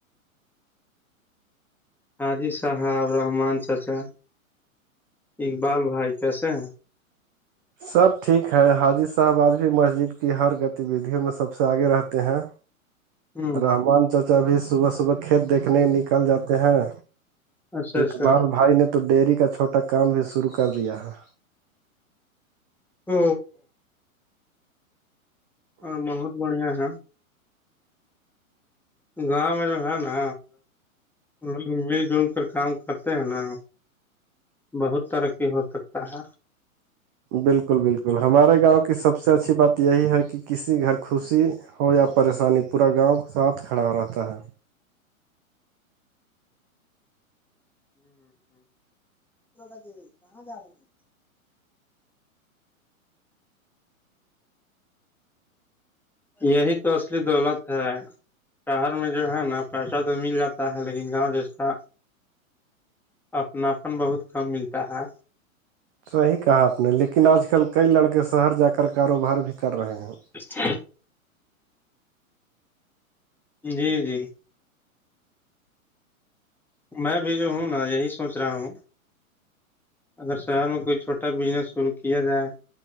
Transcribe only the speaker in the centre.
حاجی صاحب رحمان چچا اقبال بھائی کیسے ہیں
ہ
اچھا اچھا
ا اور بہت بڑھیا ہے گاؤں میں جو ہے نا لوگ مل جل کر کام کرتے ہیں نا بہت ترقی ہو سکتا ہے
کہاں جا رہے ہیں <unintelligible> یہی تو اصلی دولت ہے شہر میں جو ہے نا پیسہ تو مل جاتا ہے لیکن گاؤں جیس کا اپناپن بہت کم ملتا ہے
<unintelligible> جی جی میں بھی جو ہوں نا یہی سوچ رہا ہوں اگر شہر میں کوئی چھوٹا بزنس شروع کیا جائے